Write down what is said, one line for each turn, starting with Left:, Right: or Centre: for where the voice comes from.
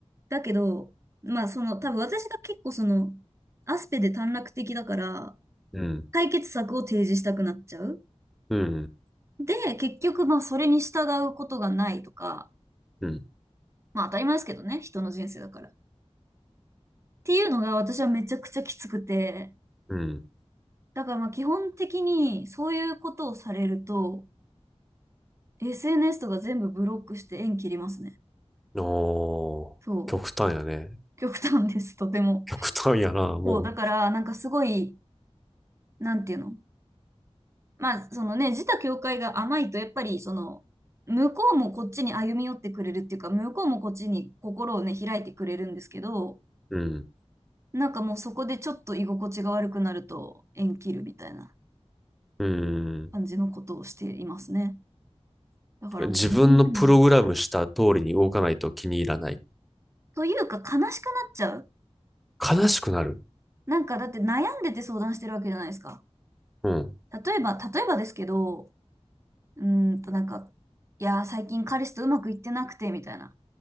Right: だけど、まあその、多分私が結構その、アスペで短絡的だから、
Centre: うん。
Right: 解決策を提示したくなっちゃう。
Centre: うん。
Right: で、結局、まあ、それに従うことがないとか、
Centre: うん。
Right: まあ、当たり前ですけどね、人の人生だから。っていうのが私はめちゃくちゃきつくて、
Centre: うん。
Right: だからまあ、基本的にそういうことをされると、SNS とか全部ブロックして縁切りますね。
Centre: おー、
Right: そう。
Centre: 極端やね。
Right: 極端です、とても。
Centre: 極端やな、もう。
Right: そう、だから、なんかすごい、なんていうのまあ、そのね、自他境界が甘いと、やっぱり、その、向こうもこっちに歩み寄ってくれるっていうか、向こうもこっちに心をね、開いてくれるんですけど、
Centre: うん。
Right: なんかもうそこでちょっと居心地が悪くなると縁切るみたいな
Centre: うん。
Right: 感じのことをしていますね。だからもうみんなに、
Centre: 自分のプログラムした通りに動かないと気に入らない。
Right: というか悲しくなっちゃう。
Centre: 悲しくなる。
Right: なんかだって悩んでて相談してるわけじゃないですか。
Centre: うん。
Right: 例えば、例えばですけど、うーんとなんか、いやー、最近彼氏とうまくいってなくて、みたいな。